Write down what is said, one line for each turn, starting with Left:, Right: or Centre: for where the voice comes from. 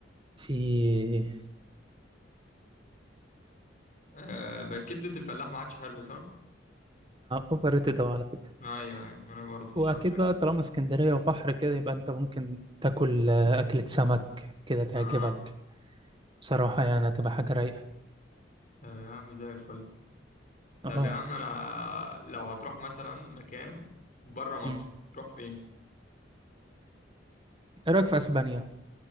Right: في
Left: آه بقى كبده الفلاح ما عادش حلو صح
Right: أوفر ريتد أوي على فكرة
Left: ايوه ايوه انا برضه الصراحه
Right: وأكيد
Left: شكلي
Right: بقى طالما اسكندرية وبحر كده يبقى أنت ممكن تاكل آه، أكلة سمك كده تعجبك
Left: اه
Right: بصراحة يعني هتبقى حاجة رايقة
Left: طب يا عم زي الفل طب
Right: اه
Left: يا عم انا لو هتروح مثلا مكان بره مصر
Right: مم.
Left: تروح فين
Right: إيه رأيك في أسبانيا؟